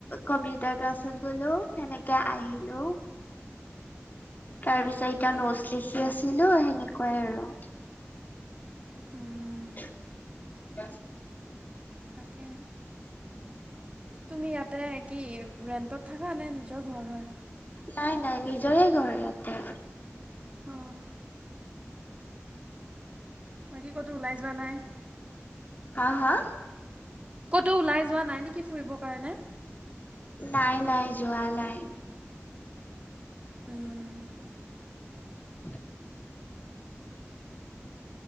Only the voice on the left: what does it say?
কম্পিউটাৰ ক্লাছত গ'লো সেনেকে আহিলোঁ। তাৰ
পিছত এতিয়া নোটছ লিখি আছিলোঁ সেনেকুৱাই আৰু।
<unintelligible>
নাই- নাই নিজৰে ঘৰ ইয়াতে।
হা- হা?
নাই -নাই যোৱা নাই।
উ